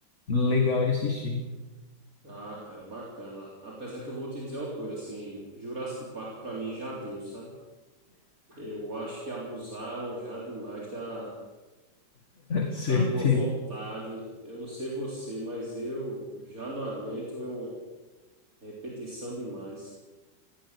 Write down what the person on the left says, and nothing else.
legal de assistir.
Certeza.